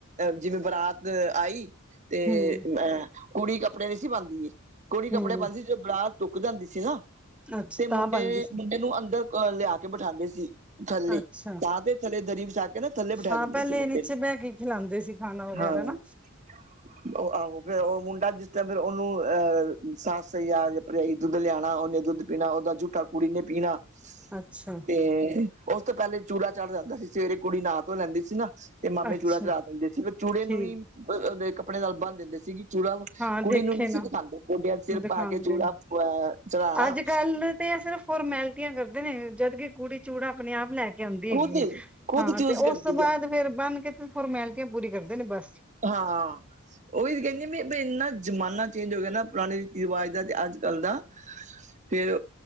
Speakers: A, on the right; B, in the centre.
A: ਜਿਵੇਂ ਬਰਾਤ ਆਈ ਤੇ
B: ਹੂੰ
A: ਅਹ ਕੁੜੀ ਕੱਪੜੇ ਨੀ ਸੀ ਪਾਉਂਦੀ ਕੁੜੀ ਕੱਪੜੇ
B: ਹੂੰ
A: ਪਾਉਂਦੀ ਸੀ ਜਦੋਂ ਬਰਾ ਢੁੱਕ ਜਾਂਦੀ ਸੀ ਨਾ
B: ਅੱਛਾ
A: ਤੇ ਮੁੰਡੇ
B: ਤਾਂ ਬਣਦੀ ਸੀ
A: ਮੁੰਡੇ ਨੂੰ ਅੰਦਰ ਅਹ ਲਿਆ ਕੇ ਬਿਠਾਉਂਦੇ ਸੀ ਥੱਲੇ
B: ਅੱਛਾ
A: ਤਾਂ ਤੇ ਥੱਲੇ ਦਰੀ ਵਿਛਾ ਕੇ ਨਾ ਥੱਲੇ ਬਿਠਾ
B: ਹਾਂ
A: ਦਿੰਦੇ
B: ਪਹਿਲੇ
A: ਸੀ ਮੁੰਡੇ
B: ਨੀਚੇ
A: ਨੂੰ
B: ਬਹਿ ਕੇ ਖਿਲਾਂਦੇ ਸੀ ਖਾਣਾ ਵਗੈਰਾ
A: ਹਾਂ
B: ਨਾ
A: <unintelligible> <inaudible> ਉਹ ਆਹੋ ਫਿਰ ਉਹ ਮੁੰਡਾ ਜਿਸ ਤਰ ਫਿਰ ਉਹ ਨੂੰਹ ਸੱਸ ਸਹੀ ਆ ਭਰਜਾਈ ਦੁੱਧ ਲਿਆਣਾ ਉਹਨੇ ਦੁੱਧ ਬਿਨਾਂ ਉਹਦਾ ਜੂਠਾ ਕੁੜੀ ਨੇ ਪੀਣਾ
B: ਅੱਛਾ
A: ਤੇ ਉਸ ਤੋਂ ਪਹਿਲੇ ਚੂੜਾ ਚੜ੍ਹ ਜਾਂਦਾ ਸੀ ਸਵੇਰੇ ਕੁੜੀ ਨਹਾ ਧੋਹ ਲੈਂਦੀ ਸੀ ਨਾ ਤੇ ਮਾਮੇ
B: ਅੱਛਾ
A: ਚੂੜਾ ਚੜਾ ਦਿੰਦੇ ਸੀ ਪਰ ਚੂੜੇ ਨੂੰ
B: ਠੀਕ
A: ਹੀ ਕੱਪੜੇ ਨਾਲ ਬੰਨ ਦਿੰਦੇ ਸੀਗੇ ਚੂੜਾ
B: ਹਾਂ
A: ਕੁੜੀ
B: ਦੇਖੇ
A: ਨੂੰ ਨਹੀਂ
B: ਨਾ
A: ਸੀ ਦਿਖਾਦੇ ਗੋਡਿਆਂ ਸਿਰ
B: ਦਿਖਾਂਦੇ
A: ਪਾ ਕੇ ਚੂੜਾ
B: ਨੇ
A: ਅ ਚੜ੍ਹਾਉਣਾ
B: ਅੱਜ ਕੱਲ ਤੇ ਸਿਰਫ ਫੋਰਮੈਲਿਟੀਆਂ ਕਰਦੇ ਨੇ ਜਦਕ ਕੁੜੀ ਚੂੜਾ ਆਪਣੇ ਆਪ ਲੈ ਕੇ ਆਉਂਦੀ ਹੈਗੀ
A: ਖੁਦ
B: ਹੈ
A: ਖੁਦ
B: ਹਾਂ
A: ਚੂਜ
B: ਤੇ
A: ਕਰਦੀ
B: ਉਸ ਤੋਂ ਬਾਅਦ
A: ਹੈ
B: ਫੇਿਰ ਬੰਨ ਕੇ ਤੇ ਫੋਰਮੈਲਿਟੀਆਂ ਪੂਰੀ ਕਰਦੇ ਨੇ ਬਸ
A: ਹਾਂ ਉਹੀ ਕਹਿੰਦੀ ਵੀ ਇੰਨਾ ਜ਼ਮਾਨਾ ਚੇਂਜ ਹੋ ਗਿਆ ਨਾ ਪੁਰਾਣੇ ਰੀਤੀ ਰਿਵਾਜ ਦਾ ਤੇ ਅੱਜ ਕੱਲ੍ਹ ਦਾ ਫੇਿਰ